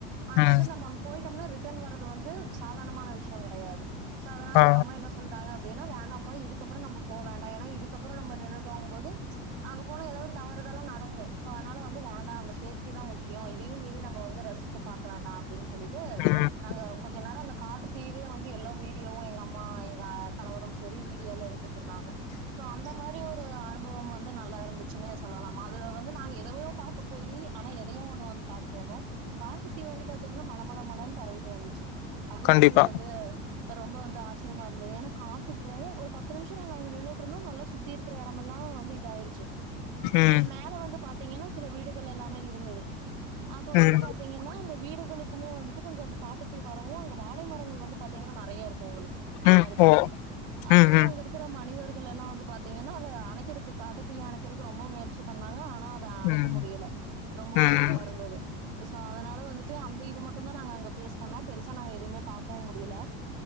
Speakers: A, on the right; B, on the left.
A: ஆனா
B: ம்
A: வந்து நம்ப அங்க போயிட்டோம்னா ரிட்டர்ன் வர்றது வந்து சாதார்ணமான விஷ்யோ கெடையாது. சோ அதனால
B: ஆ
A: எங்க அம்மா என்ன சொல்றாங்க, வேனா வேண்டாம்பா, இதுக்கப்றோ நம்ம போ வேண்டா ஏன்னா இதுக்கப்பறோ நம்ம நின்னுடோம் போது, அங்க போனா ஏதாவ்து தவறுதலா நடக்கு சோ அத்னால வந்து வேண்டா நம்ம சேஃப்டி தா முக்கியோ. இதையும் மீறி நம்ம வந்து, ரசிச்சு பாக்க வேண்டா அப்டின்னு சொல்லிட்டு
B: ம் ம்
A: நாங்க கொஞ்சோ நேரோ அந்த காட்டு தீவே வந்து எல்லோ வீடியோவு எங்க அம்மா எங்க கணவரும் சரி வீடியோல எடுத் சொன்னாங்க சோ அந்த மாதிரி ஒரு அனு அனுபவம் வந்து நல்லா இருந்துச்சுன்னே சொல்லலாமா அதுல வந்து நாங்க எதையோ பாக்க போய், ஆனா எதையோ ஒண்ணு வந்து பாத்துட்டு வந்தோ. காட்டுத்தீ வந்து பாத்தீங்கன்னா மலமல மலன் பரவிட்டு வந்துச்சு. அதுதா
B: கண்டிப்பா
A: எங்களுக்கு வந்து, ரொம்ப வந்து ஆச்சரியமா இருந்தது. ஏன்னா காத்துக்கும் ஒரு பத்து நிமிஷோ நாங்க அங்க நின்னுட்டு இருந்தோம் நல்லா சுத் திருக்கிற இடமெல்லா வந்து இத ஆயிடுச்சு.
B: ம்
A: அங்க மேல வந்து பாத்தீங்கன்னா, சில வீடுகள் எல்லாமே இருந்தது அப்ப வந்து
B: ம்
A: பாத் தீங்கன்னா அந்த வீடுகளுக்குமே வந்துட்டு கொஞ்சோ அந் காட்டு தீ வரவு அங்க வாழை மரங்கள் வந்து பாத்தீங்கன்னா நெறைய இருக்கும் உங்களுக்கு அந்த
B: ம்
A: மாதிரி பகுதியில,
B: ஓ
A: அப்ப
B: ம்
A: வந்து
B: ம்
A: அங்க இருக்கிற மனிதர்கள் எல்லாம் வந்து பாத்தீங்கன்னா, அத அணக்கிறதுக்கு காட்டுத்தீ அணக்கிறதுக்கு ரொம்ப முயற்சி பண்ணாங்க. ஆனா அத அணைக்க
B: ம்
A: முடியல ரொம்ப
B: ம்
A: ஒரு இதா இருந்தது. சோ அதனால வந்துட்டு அந்த இது மட்டும் தான் நாங்க அங்க ஃபேஸ் பண்ணோ பெருசா நாங்க எதுவுமே பாக்கவு முடியல.